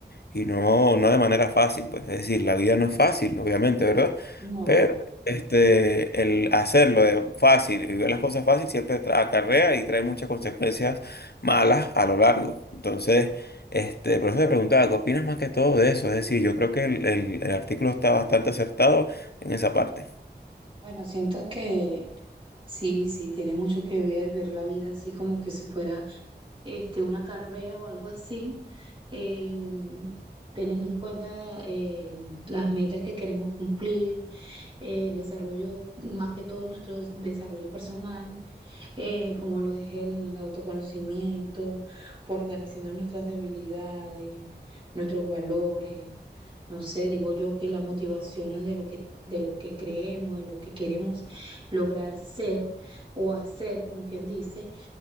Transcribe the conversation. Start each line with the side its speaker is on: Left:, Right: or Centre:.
Left: Y no, no de manera fácil, pues. Es decir, la vida no es fácil, obviamente, ¿verdad?
Right: no,
Left: Pero
Right: no.
Left: este, el hacerlo de fácil y ver las cosas fácil siempre tra- acarrea y trae muchas consecuencias malas a lo largo. Entonces, este, por eso te preguntaba, ¿qué opinas más que todo de eso? Es decir, yo creo que el, el- el artículo está bastante acertado en esa parte,
Right: Bueno, siento que sí, sí, tiene mucho que ver ver la vida así como que si fuera este, una carrera o algo así, eh, teniendo en cuenta eh, las metas que queremos cumplir, eh, el desarrollo, más que todo nuestro des- desarrollo personal. eh, como lo es el autoconocimiento, fortaleciendo nuestras debilidades, nuestros valores. No sé, digo yo que las motivaciones de lo que, de lo que creemos, de lo que queremos lograr ser o hacer, como quien dice,